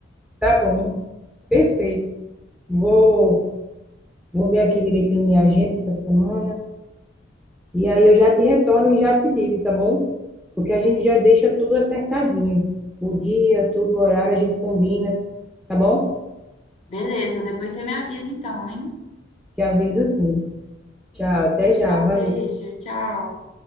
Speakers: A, in the centre; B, on the left.
A: Tá bom, perfeito. Vou Vou ver aqui direitinho minha agenda essa semana. E aí eu já te retorno e já te digo, tá bom? Porque a gente já deixa tudo acertadinho. O dia, tudo, o horário, a gente combina, tá bom?
B: Beleza, depois você me avisa então, hein?
A: Te aviso sim. Tchau, até já,
B: Então,
A: valeu.
B: um beijo, tchau.